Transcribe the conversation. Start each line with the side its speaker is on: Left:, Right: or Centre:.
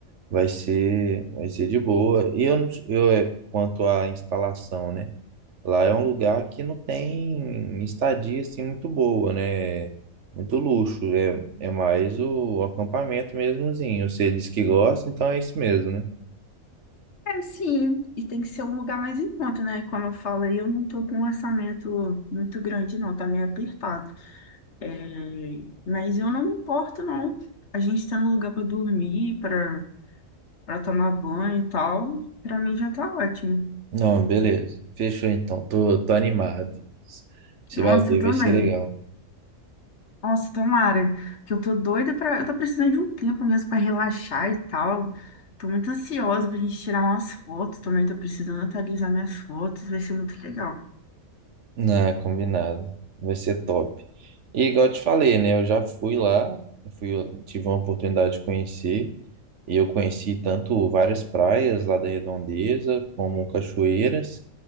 Right: Vai ser, vai ser de boa. E eu, não- eu é, quanto à instalação, né? Lá é um lugar que não tem estadia assim muito boa, né? Muito luxo. É, é mais o acampamento mesmozinho. Você diz que gosta, então é isso mesmo, né?
Left: É, sim, e tem que ser um lugar mais em conta, né? Como eu falo, aí, eu não estou com um orçamento muito grande, não, tá meio apertado. É, mas eu não me importo, não. A gente está no lugar para dormir, para para tomar banho e tal, para mim já tá ótimo.
Right: Não, beleza. Fechou então. Tô, tô animado. Você
Left: Nossa,
Right: vai ver,
Left: eu também.
Right: vai ser legal.
Left: Nossa, tomara, que eu tô doida para, eu tô precisando de um tempo mesmo para relaxar e tal. Tô muito ansiosa pra gente tirar umas fotos, também tô precisando atualizar minhas fotos, vai ser muito legal.
Right: Não, combinado. Vai ser top. E igual eu te falei, né? Eu já fui lá, fui, eu tive uma oportunidade de conhecer. E eu conheci tanto várias praias lá da Redondeza, como cachoeiras.